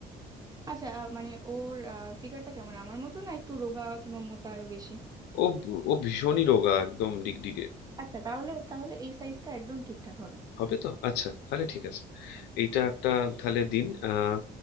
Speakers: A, on the right; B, on the left.
A: আচ্ছা আহ, মানে ওর ফিগারটা কেমন আমার মতো না একটু রোগা কিংবা মোটা আরো বেশি
B: ও ও ভীষণই রোগা একদম ডিগডিগে
A: আচ্ছা তাহলে তাহলে এই সাইজটা একদম ঠিকঠাক হবে
B: হবে তো আচ্ছা তাহলে ঠিক আছে এইটা একটা তাহলে দিন আহ,